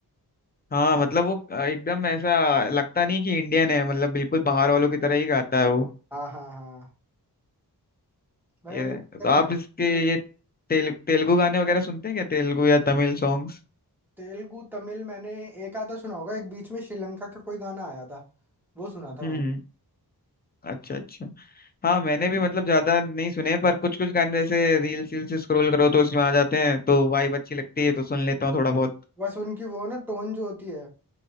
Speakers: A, on the left; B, in the centre.
A: हाँ मतलब वो अ, एकदम ऐसा लगता नहीं कि इंडियन है मतलब बिल्कुल बाहर वालों की तरह ही गाता है वो
B: हाँ हाँ हाँ भाई
A: ये
B: अगले हफ्ते
A: तो
B: ने
A: आप
B: मेहनत
A: इसके
B: की है
A: ये तेल तेलुगु गाने वगैरह सुनते हैं क्या तेलुगु या तमिल सॉन्ग्स
B: तेलुगु तमिल मैंने एक आधा सुना होगा एक बीच में श्रीलंका का कोई गाना आया था वो सुना था
A: हम्म
B: मैंने
A: अच्छा अच्छा हाँ मैंने भी मतलब ज्यादा नहीं सुने पर कुछ कुछ गाने जैसे रील्स रील्स स्क्रॉल करो तो उसमें आ जाते हैं तो वाइब अच्छी लगती है तो सुन लेता हूँ थोड़ा बहुत
B: बस उनकी वो ना टोन जो होती है